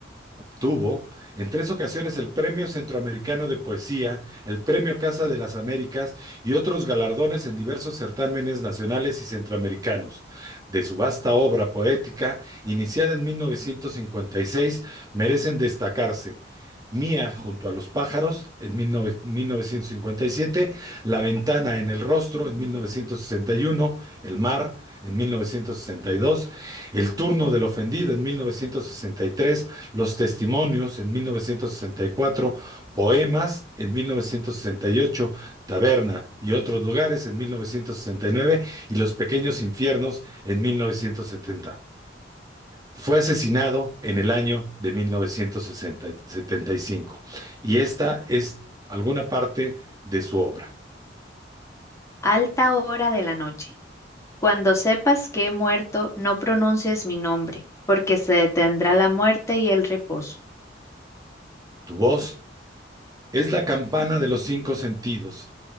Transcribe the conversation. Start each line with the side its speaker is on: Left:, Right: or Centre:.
Right: Obtuvo en tres ocasiones el Premio Centroamericano de Poesía, el Premio Casa de las Américas y otros galardones en diversos certámenes nacionales y centroamericanos. De su vasta obra poética, iniciada en mil novecientos cincuenta y seis merecen destacarse Mía junto a los pájaros en mil nove- mil novecientos cincuenta y siete La ventana en el rostro en mil novecientos sesenta y uno El mar en mil novecientos sesenta y dos El turno del ofendido en mil novecientos sesenta y tres los Testimonios en 1964, Poemas en 1968, Taberna y otros lugares en 1969 y nueve y Los Pequeños Infiernos en 1970. Fue asesinado en el año de 1975 y cinco y esta es alguna parte de su obra.
Left: Alta hora de la noche. Cuando sepas que he muerto, no pronuncies mi nombre, porque se detendrá la muerte y el reposo.
Right: Tu voz es la campana de los cinco sentidos,